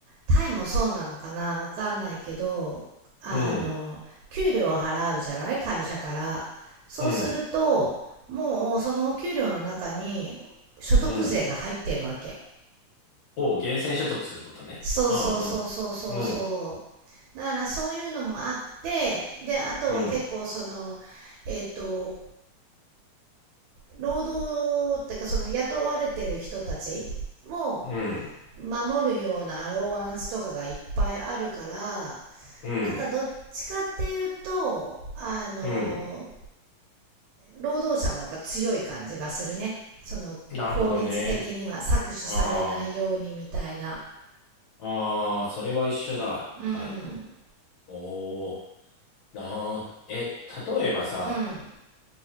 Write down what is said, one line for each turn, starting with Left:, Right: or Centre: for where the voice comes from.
Right: タイもそうなのかなわかんないけどあの給料を払うじゃない会社からそうするともうその給料の中に所得税が入ってるわけ
Left: うん、うん、うん。を厳選所得することね。
Right: そうそうそうそうそうそ
Left: うん、うん。うん、
Right: うだからそういうのもあってであとは結構そのえっ、
Left: うん。
Right: と労働っていうかその雇われてる人たちを
Left: うん、
Right: 守るようなアローワンスとかがいっぱいあるから
Left: うん、
Right: なんかどっちかっていうとあの
Left: うん。
Right: 労働者の方が強い感じがするねその法律的には搾取されないようにみたいな
Left: なるほどね。ああ、ああ、それは一緒だ、
Right: うん
Left: タイと。おお、なあ、え、例えばさ、
Right: うん